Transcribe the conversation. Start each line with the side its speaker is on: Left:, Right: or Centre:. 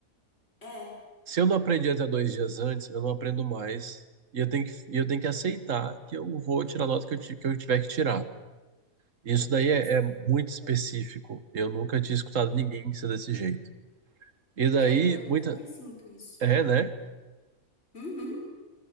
Left: É,
Right: Se eu não aprendi até dois dias antes, eu não aprendo mais. E eu tenho que, e eu tenho que aceitar que eu vou tirar a nota que eu, ti- que eu tiver que tirar. Isso daí é,
Left: sim.
Right: é muito específico. Eu nunca tinha escutado ninguém ser desse jeito. E daí,
Left: Eu, eu
Right: muita.
Left: também sinto isso.
Right: É, né?
Left: Uhum.